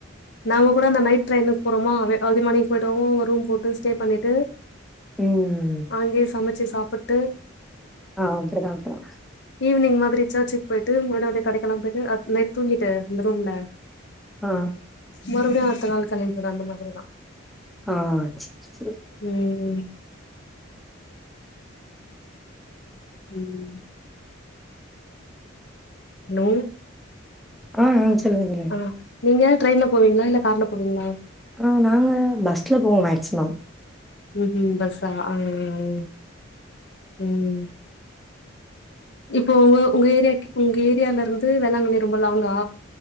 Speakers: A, on the left; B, in the centre.
A: நாங்க கூட அந்த நைட் டெரையினுக்கு போறோமா அவே அர்லி மார்னிங் போயிடவோ ஒரு ரூம் போட்டு ஸ்டே பண்ணிட்டு
B: ம்.
A: அங்கயே சமைச்சு சாப்பிட்டு
B: ஆ அப்டிதா அப்டிதா
A: ஈவினிங் மாரி சர்ச்க் போய்ட்டு முன்னாடியே அப்டியே கடைக்கெல்லா போய்ட்டு நைட் தூங்கிட்டு இந்த ரூம்ல
B: ஆ
A: மறுபடியு அடுத்த நாள் கெளம்பி போய்டுவோ அந்த மாதிரிதா
B: ஆ செரி செரி
A: ம் ம் ஹலோ
B: ஆ ஆ சொல்லுங்க சொல்லுங்க
A: அ நீங்க ட்ரைன்ல போவீங்ளா இல்ல கார்ல போவீங்ளா
B: ஆ நாங்க பஸ்ல போவோ மேக்சிமம்
A: ம்ஹூம் பஸ்ஸா ஆ ம் ம் ம் இப்போ ஒங்க ஒங்க ஏரியாக்கி ஒங்க ஏரியாலருந்து வேளாங்கண்ணி ரொம்ப லாங்கா